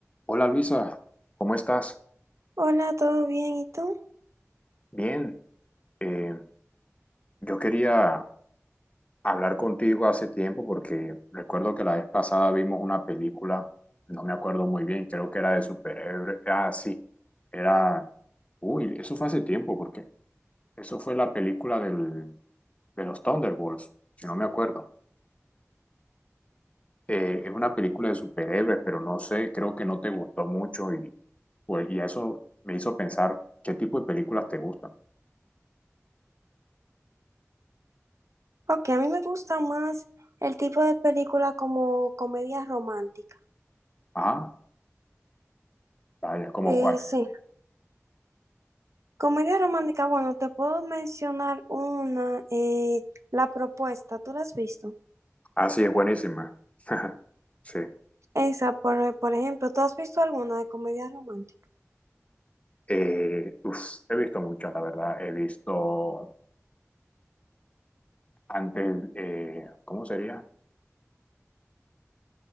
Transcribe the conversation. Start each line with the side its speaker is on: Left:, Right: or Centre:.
Left: Hola Luisa, ¿cómo estás?
Right: Hola, ¿todo bien? ¿Y tú?
Left: Bien, eh, yo quería hablar contigo hace tiempo porque recuerdo que la vez pasada vimos una película, no me acuerdo muy bien, creo que era de superhéroes. Ah, sí, era... Uy, eso fue hace tiempo porque eso fue la película del, de los Thunderbolts, si no me acuerdo. Eh, es una película de superhéroes, pero no sé, creo que no te gustó mucho y, pues, y eso me hizo pensar qué tipo de películas te gustan.
Right: Ok, a mí me gusta más el tipo de película como comedia romántica.
Left: Ah, vaya, ¿como
Right: Eh,
Left: cuál?
Right: sí, comedia romántica, bueno, te puedo mencionar una, eh, La Propuesta, ¿tú la has visto?
Left: Ah, sí, es buenísima. <laughs> Sí.
Right: Esa, por, por ejemplo, ¿tú has visto alguna de comedia romántica?
Left: Eh, uf, he visto muchas, la verdad. He visto antes, eh, ¿cómo sería?